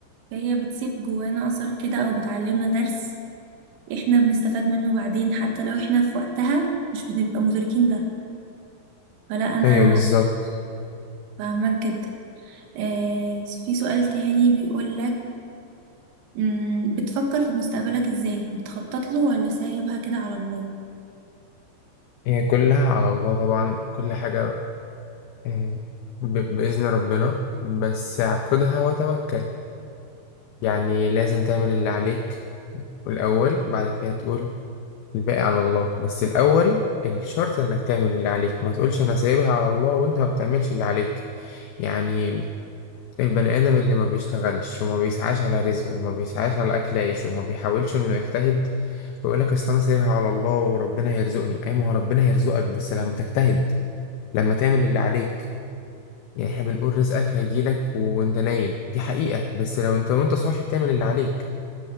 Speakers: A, on the right; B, on the left.
A: هي بتسيب جوانا أثر كده أو بتعلمنا درس احنا بنستفاد منه بعدين حتى لو احنا في وقتها مش بنبقى مدركين ده فلا أنا
B: أيوه بالظبط
A: فاهماك جدا آه في سؤال تاني بيقولك مم، بتفكر في مستقبلك ازاي بتخطط له ولا سايبها كده على الله
B: هي كلها على الله طبعا كل حاجة آه، ب- بإذن ربنا بس اعقدها وتوكل يعني لازم تعمل اللي عليك الأول بعد كده تقول الباقي على الله بس الأول الشرط إنك تعمل اللي عليك ما تقولش أنا سايبها على الله وأنت ما بتعملش اللي عليك يعني البني آدم اللي ما بيشتغلش وما بيسعاش على رزقه وما بيسعاش على أكل عيشه وما بيحاولش إنه يجتهد ويقول لك أصل أنا سايبها على الله وربنا هيرزقني أي ما هو ربنا هيرزقك بس لما تجتهد لما تعمل اللي عليك يعني احنا بنقول رزقك هيجيلك وانت نايم دي حقيقة بس لو انت وانت صاحي بتعمل اللي عليك